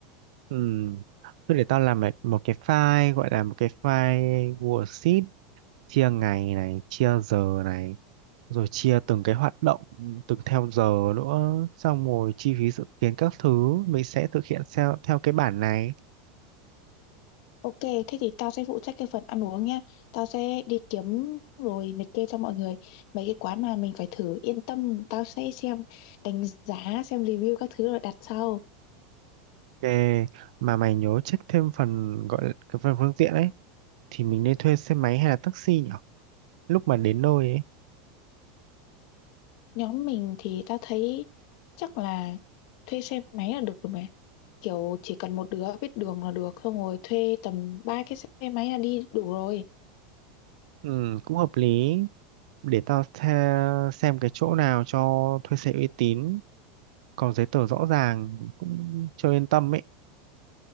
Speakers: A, on the right (about 70°); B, on the left (about 55°).
A: ừ thôi để tao làm một một cái file gọi là một cái file worksheet chia ngày này chia giờ này rồi chia từng cái hoạt động từng theo giờ nữa xong rồi chi phí dự kiến các thứ mình sẽ thực hiện theo theo cái bản này
B: Ok, thế thì tao sẽ phụ trách cái phần ăn uống nha. Tao sẽ đi kiếm rồi liệt kê cho mọi người mấy cái quán mà mình phải thử. Yên tâm, tao sẽ xem đánh giá, xem review các thứ rồi đặt sau.
A: Ok, mà mày nhớ check thêm phần gọi là cái phần phương tiện ấy thì mình nên thuê xe máy hay là taxi nhở lúc mà đến nơi ấy
B: Nhóm mình thì tao thấy chắc là thuê xe máy là được rồi mà. Kiểu chỉ cần một đứa biết đường là được, xong rồi thuê tầm ba cái xe máy là đi đủ rồi.
A: ừ cũng hợp lý để tao the, xem cái chỗ nào cho thuê xe uy tín có giấy tờ rõ ràng cũng cho yên tâm ấy